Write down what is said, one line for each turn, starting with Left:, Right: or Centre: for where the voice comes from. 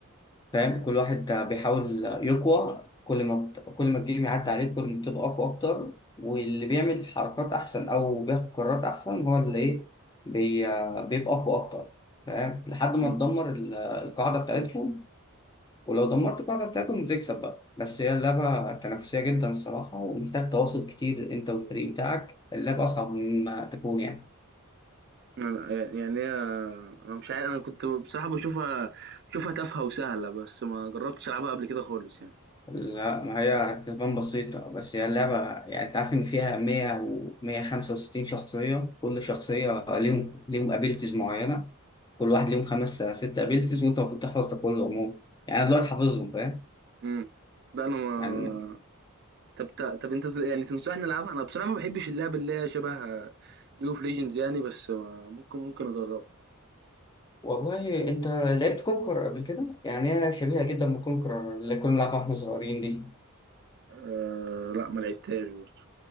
Left: فاهم كل واحد بيحاول يقوى كل ما بت... كل ما الجيم يعدي عليه كل ما بتبقى أقوى أكتر واللي بيعمل حركات أحسن أو بياخد قرارات أحسن هو اللي إيه بي... بيبقى أقوى أكتر فاهم لحد ما
Right: إمم،
Left: تدمر ال- القاعدة بتاعتهم ولو دمرت القاعدة بتاعتهم بتكسب بقى بس هي اللعبة تنافسية جدا الصراحة ومحتاج تواصل كتير أنت والفريق بتاعك اللعبة أصعب مما تكون يعني
Right: آآ يعني هي أنا مش عارف أنا كنت بصراحة باشوفها باشوفها تافهة وسهلة، بس ما جرّبتش ألعبها قبل كده خالص يعني.
Left: لا ما هي هتبان بسيطة بس هي اللعبة يعني أنت عارف إن فيها 100 و 165 شخصية كل شخصية ليهم ليهم أبيلتيز معينة كل واحد ليهم خمس ست أبيلتيز وأنت المفروض تحفظ ده كله عموما يعني أنا دلوقتي حافظهم فاهم
Right: إمم، لأ أنا ما
Left: يعني
Right: طب ت طب أنت ت يعني تنصحني ألعبها؟ أنا بصراحة ما باحبش اللعب اللي هي شبه League of Legends يعني، بس ما- ممكن ممكن أجرّبها.
Left: والله انت لعبت كونكر قبل كده يعني هي شبيهه جدا بكونكر اللي كنا بنلعبها واحنا صغيرين دي
Right: آآ لأ، ما لعبتهاش برضه.